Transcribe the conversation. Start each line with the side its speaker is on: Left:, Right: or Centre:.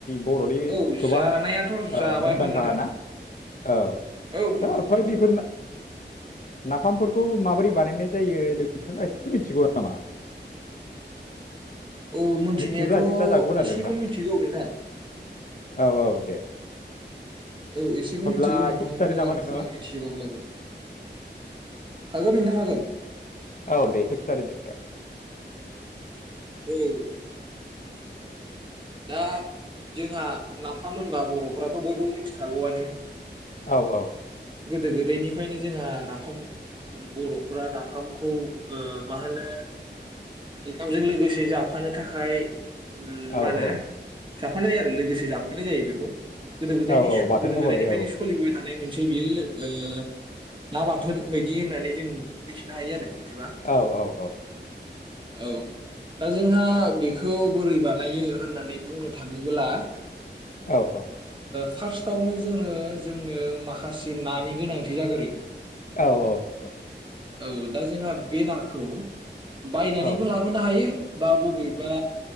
Left: बर'नि
Right: औ
Left: गोबां
Right: जानायाथ'
Left: ओ
Right: जाबायमोन
Left: मुंदांखा
Right: नोंथां
Left: ना? औ
Right: औ नंगौ
Left: दा
Right: नोंथां
Left: फ्राय
Right: औ
Left: बेफोर
Right: नोंथां।
Left: नाफामफोर खौ माबोरै बानायनाय जायो नोंथाङा एसे मिथिगौ नामा?
Right: औ मिथिनायाथ'
Left: मिथियोब्ला एसे खिथाजागौमोन आरो
Right: एसेखौ
Left: नोंथां
Right: मिथिगौ नोंथां
Left: औ औ दे
Right: औ एसेखौ
Left: होमब्ला
Right: मिथिगौ नोंथां
Left: एसे खिथादो
Right: मोजां
Left: नामा नोंथाङा
Right: फुरा मिथिजोबाब्लाबो हागोन नोंथां हागोन।
Left: औ दे एसे खिथादोदे।
Right: <unintelligible> आ जोंहा नाफाम मोनबा बर'फ्राथ' बयबो मिथिखागौआनो।
Left: औ औ।
Right: गोदो गोदायनिफ्रायनो जोंहा नाफाम बर'फोरा नाफामखौ ओ मा होनो ओंखामजों लोगोसे जाफानो थाखाय ओम मा
Left: औ
Right: होनो
Left: औ
Right: जाबफानाय जायो आरो लोगोसे जाबफानाय जायो बेखौ। गोदो गोदायनि
Left: औ औ
Right: स
Left: बाथोन
Right: गोदो
Left: महरै
Right: गोदायनिफ्रायनो
Left: औ
Right: सलिबोबाय थानाय मोनसे बियो ओ ना बाथोन बायदि होननानै जों मिथिनो हायो आरो। मिथिबा
Left: औ औ औ।
Right: औ दा जोंहा बिखो बोरै बानायो होननानै बुंनो थाङोबोला
Left: औ औ।
Right: फार्स्टआवनो जोङो जोंनो माखासे नानि गोनांथि जागोरो।
Left: औ औ औ।
Right: औ दा जोंहा बे नाखौ। बायनानैबो
Left: औ
Right: लाबोनो हायो। बा बबेबा